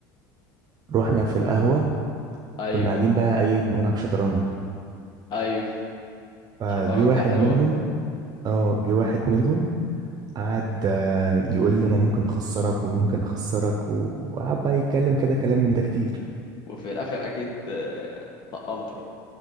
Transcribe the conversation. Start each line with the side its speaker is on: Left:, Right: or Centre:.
Right: رحنا في القهوة
Left: ايوه
Right: كنا قاعدين بقى ايه بنلعب شطرنج
Left: ايوه
Right: فجه
Left: شطرنجة
Right: واحد
Left: حلوة
Right: منهم اه جه واحد منهم قعد آه، يقول لي انا ممكن اخسرك وممكن اخسرك و- وقعد بقى يتكلم كده كلام من ده كتير
Left: وفي الاخر اكيد آه، طقمتوا